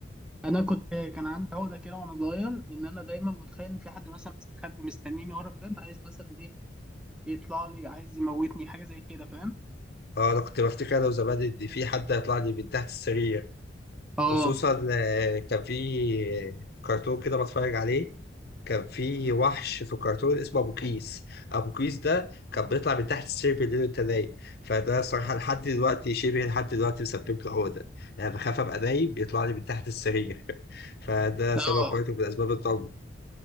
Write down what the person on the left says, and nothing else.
اه انا كنت بفتكر انا وزمان ان في حد هيطلع لي من تحت السرير
خصوصا آه، كان في كرتون كده بتفرج عليه كان في وحش في الكرتون اسمه ابو كيس ابو كيس ده كان بيطلع من تحت السرير بالليل وانت نايم فده صراحه لحد دلوقتي شبه لحد دلوقتي مسبب لي عقده يعني بخاف ابقى نايم يطلع لي من تحت السرير <laughs> فده
سبب برضه من اسباب الضلمه